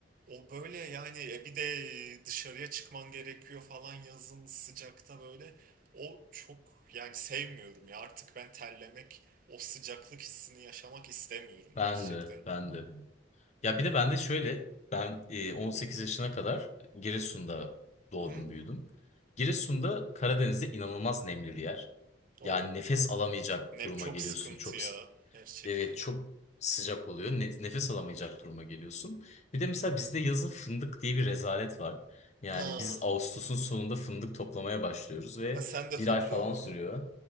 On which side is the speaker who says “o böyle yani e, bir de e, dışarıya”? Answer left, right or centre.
Right